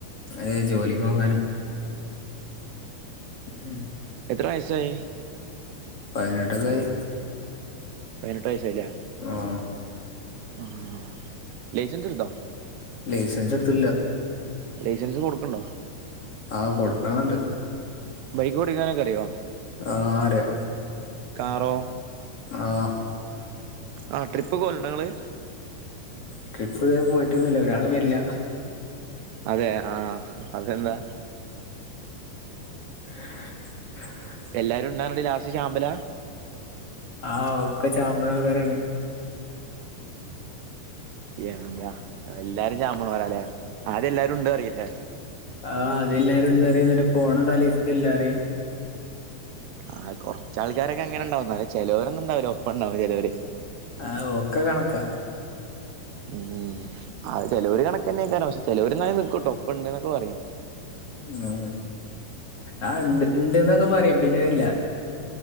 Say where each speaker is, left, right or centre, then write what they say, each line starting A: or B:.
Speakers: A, on the left (about 40°); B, on the right (about 80°).
A: അത് ജോലിക്ക് പോകാന് ഉം
B: എത്ര വയസായി
A: പതിനെട്ടക്കായി
B: പതിനെട്ട് വയസ്സായിലേ
A: ആഹ്
B: ആഹ് ലൈസൻസ് എടുത്തോ
A: ലൈസൻസ് എടുത്തിട്ടില്ല
B: ലൈസൻസ് കൊടുക്ക്ണ്ടോ
A: ആഹ് കൊടുക്കണന്ന്ണ്ട്
B: ബൈക്ക് ഓടിക്കാനൊക്കെ അറിയോ
A: ആഹ് അർയാ
B: കാറോ
A: ആഹ്
B: ആഹ് ട്രിപ്പ് പോല്ണ്ട ങ്ങള്?
A: ട്രിപ്പ് ഇതുവരെ പോയിട്ടൊന്നുമില്ല. ഒരാളും വരില്ല.
B: അതെ ആഹ്. അതെന്താ?
A: <inaudible>
B: എല്ലാരും ഉണ്ടാറുണ്ട് ലാസ്റ്റ് ചാമ്പല.
A: ആഹ് ഒക്കെ <unintelligible> കാരാണ്.
B: എന്താ എല്ലാരും <unintelligible> വരാലേ. ആദ്യ ല്ലാരും ഉണ്ടോ അറിയില്ലേ.
A: ആഹ് ആദ്യലാരും ഉണ്ട അറിയ എന്റെ ഫോണ് തലേ എല്ലറിയ.
B: ആഹ് കൊറച്ച ആൾക്കാരൊക്കെങ്ങനെ ഉണ്ടാവും. ചിലോരന്നും ഉണ്ടാവില്ല ഒപ്പം ഉണ്ടാവും ചിലവര്.
A: ആഹ് ഒക്കെ കണക്കാ.
B: ഉം അത് ചെലൊരു കണക്ക തന്നെക്കാരോ. പക്ഷെ ചെലൊരു നിൽക്കൂട്ടോ ഒപ്പുണ്ട് എന്നൊക്കെ പറയും.
A: മ്. ആഹ് ഇണ്ട്ക്ക് ഇണ്ട്ന്നൊക്കെ പറയും, പിന്നെ വരില്ല.